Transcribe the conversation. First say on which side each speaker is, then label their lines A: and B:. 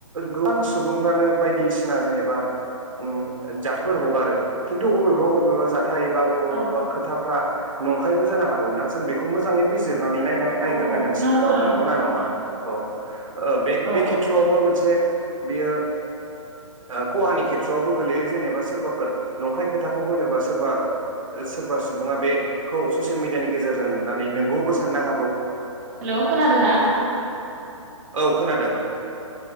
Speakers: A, on the right (about 75°); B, on the right (about 25°).
A: गोबां सुबुंफ्रानो। बायदिसिना जेनेबा। उ जाथायफोर हगारो खिन्थु अबेबा अबेबा जा थाय अबा
B: औ
A: अबा खोथा। फ्रा नंखायबो जानो हागौना जों बेखौ मोजाङै बिज रनानैनाय
B: औ
A: नायग्रोनांगोन
B: औ औ
A: सिगाङाव
B: नंगौ नंगौ
A: नंगौना नङा
B: दे
A: औ ओ बे
B: औ
A: खेथ्र'आवबो मोनसे। बेयो ओ खहानि खेत सवावबो गोलैयो जेनेबा सोरबाफोर नंखाय खोथाखौ होनोबा सोरबा सोरबा सुबुङा बेखौ ससियेल मिडियानि गेजेरजों नुनानै नोंगौबो साननो हागौ।
B: हेलौ खोनादोना?
A: औ खोनादों।